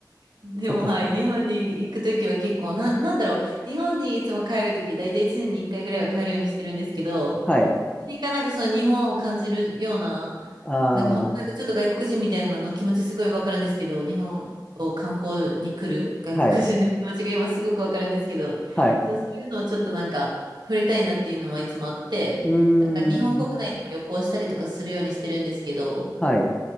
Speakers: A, on the right; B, on the left.
A: でも、
B: そっかそっか。
A: はい。日本に行くときは結構、な、なんだろう。日本にいつも帰るとき、だいたい1年に1回ぐらいは帰るようにしてるんですけど、
B: はい。
A: 何かなんかその日本を感じるような、
B: ああ、
A: なんか本当なんかちょっと外国人みたいなの気持ちすごいわかるんですけど、日本を観光に来る外国人の気持ちが今すごくわかるんですけど、
B: はい。はい。
A: そう、そういうのをちょっとなんか触れたいなっていうのはいつもあって、
B: うーん。
A: だから日本国内でも旅行したりとかするようにしてるんですけど、
B: はい。